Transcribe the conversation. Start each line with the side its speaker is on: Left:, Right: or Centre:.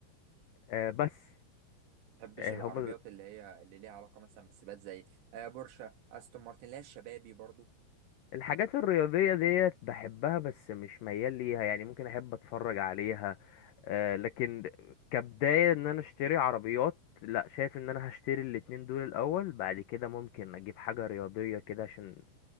Left: آه، بس
Right: تحبش
Left: هم
Right: العربيات اللي هي اللي ليها علاقة مثلا بالسباقات زي آه بورشة استون مارتن اللي هي الشبابي برضو
Left: الحاجات الرياضية ديت بحبها بس مش ميال ليها يعني ممكن أحب أتفرج عليها آه لكن كبداية إن أنا أشتري عربيات لا شايف إن أنا هشتري الاتنين دول الأول بعد كده ممكن أجيب حاجة رياضية كده عشان